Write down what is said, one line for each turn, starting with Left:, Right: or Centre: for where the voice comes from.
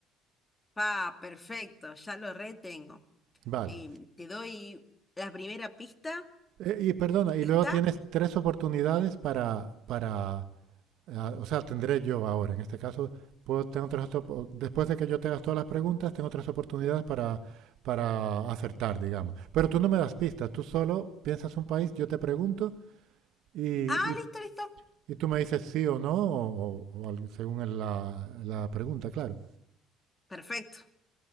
Left: Ah, perfecto, ya lo retengo.
Right: Vale.
Left: Em, te doy la primera pista.
Right: Eh, y perdona, y
Left: ¿Está?
Right: luego tienes tres oportunidades para, para, ah, o sea, tendré yo ahora, en este caso, puedo, tengo tres, op- o- después de que yo te haga todas las preguntas, tengo tres oportunidades para, para acertar, digamos. Pero tú no me das pistas, tú solo piensas un país, yo te pregunto y,
Left: Ah,
Right: y-
Left: listo, listo.
Right: y tú me dices sí o no, o, o- o algo según el- la, la pregunta, claro.
Left: Perfecto,